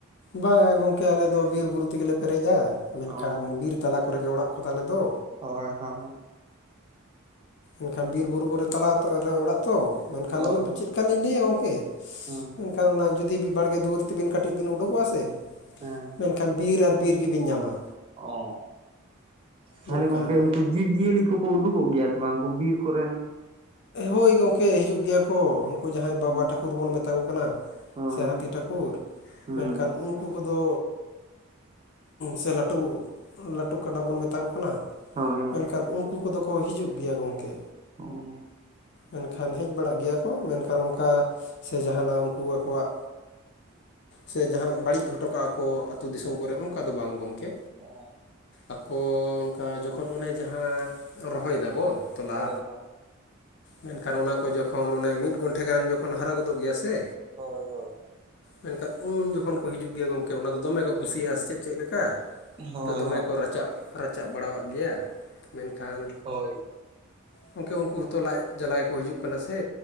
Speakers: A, on the left; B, on the right.
A: ᱵᱟᱝᱼᱟ ᱜᱚᱢᱠᱮ ᱟᱞᱮ ᱫᱚ ᱵᱤᱨ ᱵᱩᱨᱩ ᱛᱮᱜᱮᱞᱮ ᱯᱮᱨᱮᱡᱼᱟ ᱢᱮᱱᱠᱷᱟᱱ
B: ᱚ
A: ᱛᱟᱞᱟ ᱠᱚᱨᱮ ᱜᱮ ᱚᱲᱟᱜ ᱠᱚ ᱛᱟᱞᱮ ᱫᱚ
B: ᱦᱳᱭ ᱦᱳᱭ
A: ᱮᱱᱠᱷᱟᱱ ᱵᱤᱨ ᱵᱩᱨᱩ ᱠᱚᱨᱮ ᱛᱟᱞᱟ ᱟᱛᱩ ᱨᱮ ᱚᱲᱟᱜ ᱛᱚ ᱢᱮᱱᱠᱷᱟᱱ
B: ᱦᱳᱭ
A: ᱱᱚᱜ
B: ᱦᱳᱭ
A: ᱪᱮᱫ ᱞᱮᱠᱟᱱᱞᱤᱧ ᱞᱟᱹᱭᱟ ᱜᱚᱝᱠᱮ
B: ᱦᱩᱸ
A: ᱢᱮᱱᱠᱷᱟᱱ ᱚᱱᱟ ᱡᱩᱫᱤ ᱵᱟᱲᱜᱮ ᱫᱩᱣᱟᱹᱨ ᱛᱮᱵᱤᱱ ᱠᱟᱹᱴᱤᱡ ᱵᱤᱱ ᱩᱰᱳᱠ ᱠᱚᱣᱟ ᱥᱮ
B: ᱦᱮᱸ
A: ᱢᱮᱱᱠᱷᱟᱱ ᱵᱤᱨ ᱟᱨ ᱵᱤᱨ ᱜᱮᱵᱤᱱ ᱧᱟᱢᱟ
B: ᱚ ᱛᱟᱦᱞᱮ
A: ᱢᱮᱱᱠᱷᱟᱱ
B: ᱜᱚᱢᱠᱮ ᱩᱱᱠᱤᱱ ᱡᱤᱵ ᱡᱤᱭᱟᱹᱞᱤ ᱠᱚᱠᱚ ᱩᱰᱩᱠᱚᱜ ᱜᱮᱭᱟ ᱥᱮ ᱵᱟᱝ ᱩᱱᱠᱩ ᱵᱤᱨ ᱠᱚᱨᱮᱱ
A: ᱦᱳᱭ ᱜᱚᱢᱠᱮ ᱦᱤᱡᱩᱜ ᱜᱮᱭᱟ ᱠᱚ ᱩᱱᱠᱩ ᱡᱟᱦᱟᱸᱭ ᱵᱟᱵᱟ
B: ᱦᱩᱸ
A: ᱴᱷᱟᱹᱠᱩᱨ ᱵᱚᱱ ᱢᱮᱛᱟ ᱠᱚ ᱠᱟᱱᱟ
B: ᱦᱳᱭ
A: ᱥᱮ ᱦᱟᱹᱛᱤ ᱴᱷᱟᱹᱠᱩᱨ
B: ᱦᱩᱸ
A: ᱢᱮᱱᱠᱷᱟᱱ ᱩᱱᱠᱩ ᱠᱚᱫᱚ ᱥᱮ ᱞᱟᱹᱴᱩ ᱞᱟᱹᱴᱩ ᱠᱟᱰᱟ ᱵᱚᱱ ᱢᱮᱛᱟ ᱠᱚ ᱠᱟᱱᱟ
B: ᱦᱳᱭ ᱦᱳᱭ
A: ᱢᱮᱱᱠᱷᱟᱱ ᱩᱱᱠᱩ ᱩᱱᱠᱩ ᱫᱚᱠᱚ ᱦᱤᱡᱩᱜ ᱜᱮᱭᱟ ᱜᱚᱢᱠᱮ
B: ᱚᱸᱦ
A: ᱢᱮᱱᱠᱷᱟᱱ ᱦᱮᱡ ᱵᱟᱲᱟᱜ ᱜᱮᱭᱟ ᱠᱚ ᱢᱮᱱᱠᱷᱟᱱ ᱚᱱᱠᱟ ᱥᱮ ᱡᱟᱦᱟᱱᱟᱜ ᱩᱱᱠᱩ ᱟᱠᱚᱣᱟᱜ ᱥᱮ ᱡᱟᱦᱟᱱᱟᱜ ᱵᱟᱹᱲᱤᱡ ᱦᱚᱴᱚ ᱠᱟᱜᱼᱟ ᱠᱚ ᱟᱹᱛᱩᱳ ᱫᱤᱥᱚᱢ ᱠᱚᱨᱮ ᱚᱱᱠᱟ ᱫᱚ ᱵᱟᱝ ᱜᱚᱢᱠᱮ
B: ᱚ
A: ᱟᱠᱚ ᱚᱱᱠᱟ ᱡᱚᱠᱷᱚᱱ ᱚᱱᱮ ᱡᱟᱦᱟᱸ ᱨᱚᱦᱚᱭ ᱫᱟᱵᱚᱱ ᱛᱚᱞᱟ
B: ᱦᱳᱭ ᱦᱳᱭ
A: ᱢᱮᱱᱠᱷᱟᱱ ᱚᱱᱟ ᱠᱚ ᱡᱚᱠᱷᱚᱱ ᱚᱱᱮ ᱢᱤᱫ ᱜᱷᱚᱱᱴᱷᱮ ᱜᱟᱱ ᱡᱚᱠᱷᱚᱱ ᱦᱟᱨᱟ ᱜᱚᱫᱚᱜ ᱜᱮᱭᱟ ᱥᱮ
B: ᱦᱳᱭ ᱦᱳᱭ
A: ᱢᱮᱱᱠᱷᱟᱱ ᱩᱱ ᱡᱚᱠᱷᱚᱱ ᱠᱚ ᱦᱤᱡᱩᱜ ᱜᱮᱭᱟ ᱜᱚᱢᱠᱮ ᱚᱱᱟ ᱫᱚ ᱫᱚᱢᱮ ᱠᱚ ᱠᱩᱥᱤᱭᱟᱜᱼᱟ ᱥᱮ ᱪᱮᱫ ᱪᱮᱫ ᱞᱮᱠᱟ।
B: ᱦᱳᱭ
A: ᱟᱫᱚ ᱫᱚᱢᱮ
B: ᱦᱳᱭ
A: ᱠᱚ ᱨᱟᱪᱟᱜ ᱨᱟᱪᱟᱜ ᱵᱟᱲᱟᱣᱟᱜ ᱜᱮᱭᱟ ᱢᱮᱱᱠᱷᱟᱱᱼᱼ
B: ᱦᱳᱭ ᱦᱳᱭ
A: ᱜᱚᱢᱠᱮ ᱩᱱᱠᱩ ᱦᱚᱸᱛᱚ ᱞᱟᱡ ᱡᱟᱞᱟ ᱜᱮᱠᱚ ᱦᱤᱡᱩᱜ ᱠᱟᱱᱟ ᱥᱮ